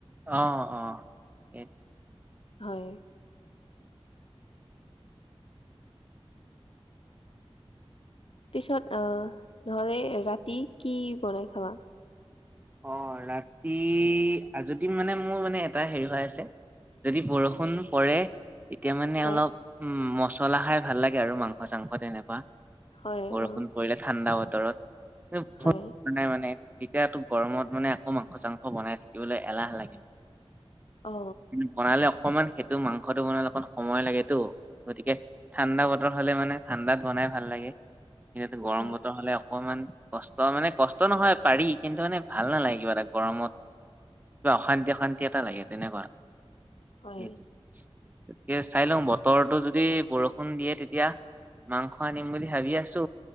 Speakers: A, on the right; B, on the left.
A: অ অ এইট
B: হয়। পিছত আহ নহলে ৰাতি কি বনাই খাবা?
A: অ ৰাতি আজদি মানে মোৰ মানে এটা হেৰি হৈ আছে। যদি বৰষুণ পৰে এতিয়া মানে
B: হয়
A: অলপ উম মছলা খাই ভাল লাগে আৰু মাংস চাংস তেনেকুৱা।
B: হয়
A: বৰষুণ
B: অ
A: পৰিলে ঠাণ্ডা বতৰত <unintelligible>
B: হয়
A: বনাই মানে তেতিয়াটো গৰমত মানে আকৌ মাংস চাংস বনাই থাকিবলৈ এলাহ লাগে মানে।
B: অ
A: কিন্তু বনাইলক অকমান সেইটো মাংসটো বনালে অকমান সময় লাগেটো। গতিকে ঠাণ্ডা বতৰ হ'লে মানে ঠাণ্ডাত বনাই এ ভাল লাগে। এনেটো গৰম
B: হয়
A: বতৰ হ'লে অকমান কষ্ট মানে কষ্ট নহয় পাৰি কিন্তু মানে ভাল নালাগে কিবা এটা গৰমত কিবা অশান্তি অশান্তি এটা লাগে তেনেকুৱা।
B: হয়
A: সেইটো কে চাই লওঁ বতৰটো যদি বৰষুণ দিয়ে তেতিয়া মাংস আনিম বুলি ভাবি আছো।